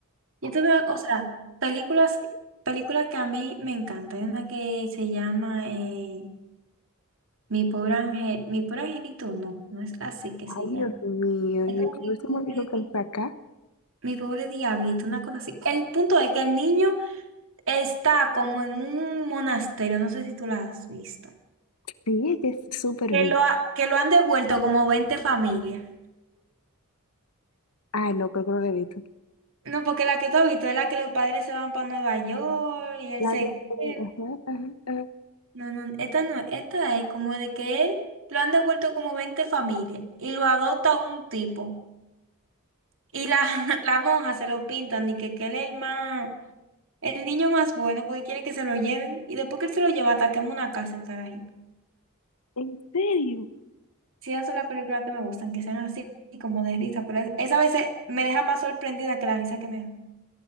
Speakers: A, on the right; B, on the left.
A: Yo te veo, o sea, películas, que- películas que a mí me encantan. Hay una que se llama eh, Mi pobre Ángel, Mi pobre angelito, no, no es así que
B: Ay,
A: se llama.
B: Dios mío,
A: Es
B: Luis,
A: como
B: ¿cómo
A: mi pobre,
B: se me dijo que él fue acá?
A: Mi pobre diablito, una cosa así. El punto es que el niño está como en un monasterio, no sé si tú la has visto,
B: Sí, que es súper
A: que
B: bien.
A: lo, ha- que lo han devuelto como 20 familias.
B: Ah, no, creo que no la he visto.
A: No, porque la que tú has visto es la que los padres se van para Nueva York y él
B: La
A: se
B: de...
A: queda.
B: Ajá, ajá, ajá.
A: No, no, esta no, esta es como de que él lo han devuelto como 20 familias y lo adopta un tipo. Y la, <laughs> la monja se lo pintan y que, que él es el más, el niño más bueno porque quieren que se lo lleven y después que él se lo lleva, ataquemos una casa, estar ahí.
B: ¿En serio?
A: Sí, esas son las películas que me gustan, que sean así como de risa, pero es- esa a veces me deja más sorprendida que la risa que me da.